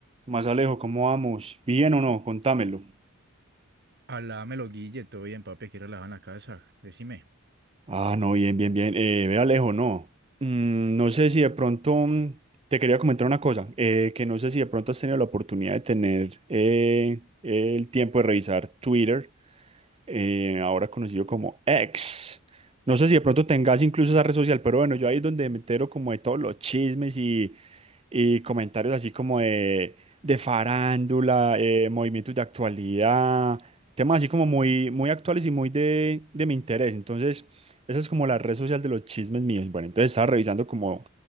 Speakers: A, on the right (about 30°); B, on the right (about 55°).
A: Más Alejo, ¿cómo vamos? ¿Bien o no? Contámelo.
B: Hablámelo, Guille, todo bien, papi, aquí relajado en la casa, decime.
A: Ah, no, bien, bien, bien. Eh, ve Alejo, no. Mm, no sé si de pronto mm, te quería comentar una cosa, eh, que no sé si de pronto has tenido la oportunidad de tener eh, el tiempo de revisar Twitter, eh, ahora conocido como X. No sé si de pronto tengas incluso esa red social, pero bueno, yo ahí es donde me entero como de todos los chismes y y comentarios así como de, de farándula, eh, movimientos de actualidad, temas así como muy, muy actuales y muy de, de mi interés. Entonces, esa es como la red social de los chismes míos. Bueno, entonces estaba revisando como